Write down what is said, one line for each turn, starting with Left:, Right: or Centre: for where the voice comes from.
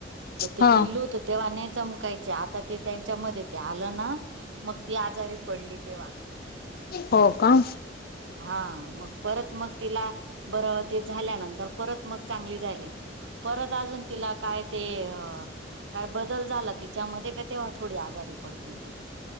Right: त ते
Left: हा
Right: पिल्लू होत तेव्हा नाही चमकायचे. आता ते त्यांच्या मध्ये ते आलं ना, मग ती आजारी पडली तेव्हा.
Left: हो का?
Right: हा. मग परत मग तिला बरं ते झाल्यानंतर परत मग चांगली झाली. परत अजून तिला काय ते काय बदल झाला तिच्यामध्ये का तेव्हा थोडी आजारी पडते ती.